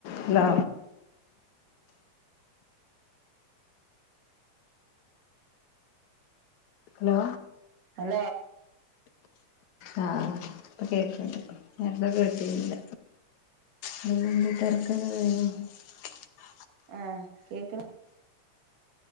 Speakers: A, on the left (about 70°); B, on the right (about 85°).
A: hello hello
B: ഓ
A: ആ ഇപ്പൊ കേൾക്ക്ന്ന്ണ്ട് നേരത്തെ കേട്ടിനില്ല <unintelligible>
B: ഏ കേക്ക്ണ്